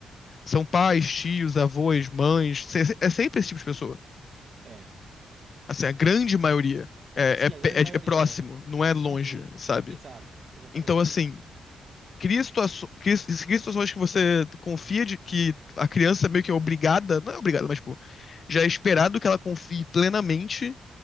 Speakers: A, on the left; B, on the right.
A: São pais, tios, avós, mães, se- é sempre esse tipo de pessoa.
B: é.
A: Assim, a grande maioria é,
B: Sim,
A: é, pe-
B: a grande
A: é
B: maioria
A: é próximo,
B: é.
A: não é longe,
B: Uhum,
A: sabe?
B: exato, exatamente.
A: Então, assim, cria, situações, cria, cria situações que você confia de, que a criança meio que é obrigada, não é obrigada, mas tipo, já é esperado que ela confie plenamente